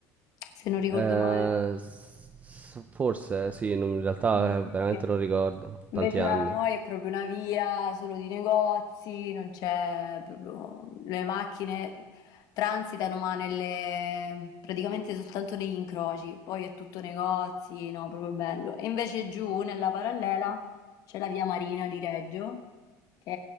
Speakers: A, on the left; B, on the right.
A: se non ricordo
B: Eh,
A: male.
B: s- forse, sì, non- in realtà
A: Sì, sì,
B: eh, veramente
A: sì.
B: non ricordo.
A: Invece
B: Tanti anni.
A: da noi è proprio una via solo di negozi, non c'è proprio... le macchine transitano ma nelle... praticamente soltanto negli incroci, poi è tutto negozi, no, proprio bello. E invece giù nella parallela c'è la via Marina di Reggio, che